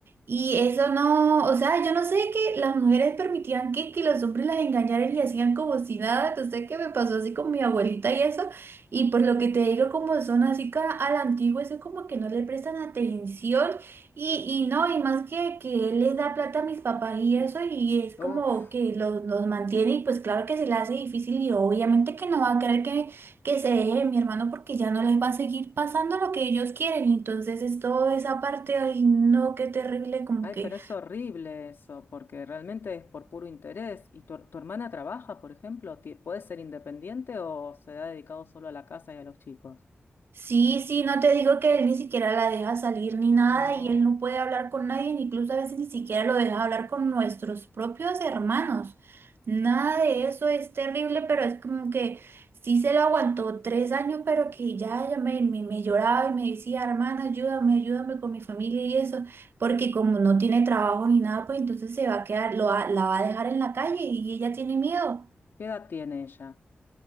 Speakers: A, on the right; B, on the left.
A: y eso no, o sea, yo no sé que las mujeres permitían que, que los hombres las engañaran y hacían como si nada, no sé qué me pasó así con mi abuelita y eso, y por lo que te digo, como son así ca- a la antigua, eso como que no le prestan atención y, y no, y más que, que él les da plata a mis papás y eso, y es como
B: Uf,
A: que los, los mantiene y pues claro que se le hace difícil y obviamente que no va a querer que que se deje de mi hermano porque ya no les va a seguir pasando lo que ellos quieren. Entonces es toda esa parte, ay, no, qué terrible, como
B: ay,
A: que
B: pero es horrible eso, porque realmente es por puro interés. ¿Y tu, tu hermana trabaja, por ejemplo? Ti- ¿Puede ser independiente o se ha dedicado solo a la casa y a los chicos?
A: Sí, sí, no te digo que él ni siquiera la deja salir ni nada
B: No.
A: y él no puede hablar con nadie, incluso a veces ni siquiera lo deja hablar con nuestros propios hermanos. Nada de eso es terrible, pero es como que sí se lo aguantó tres años, pero que ya, ya me, me, me lloraba y me decía, hermana, ayúdame, ayúdame con mi familia y eso, porque como no tiene trabajo ni nada, pues entonces se va a quedar, lo, va- la va a dejar en la calle y ella tiene miedo.
B: ¿Qué edad tiene ella?